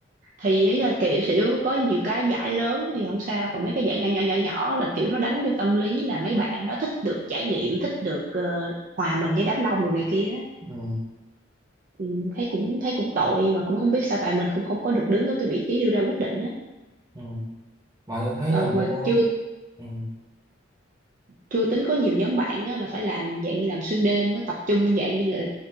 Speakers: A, on the right; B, on the right.
A: thì ý là kiểu xỉu có nhiều cái giải lớn thì không sao, còn mấy cái giải nhỏ nhỏ nhỏ nhỏ là kiểu nó đánh vô tâm lý là mấy bạn đó thích được trải nghiệm, thích được ờ, hòa mình với đám đông đồ này kia á.
B: ừ,
A: Ừ, thấy cũng thấy cũng tội mà cũng không biết sao tại mình cũng không có được đứng ở cái vị trí đưa ra quyết định á.
B: ừ. mà tôi thấy
A: Ờ,
B: là mua
A: mà chưa
B: ừ.
A: chưa tính có nhiều nhóm bạn á, là phải làm dạng như làm xuyên đêm á, tập trung dạng như là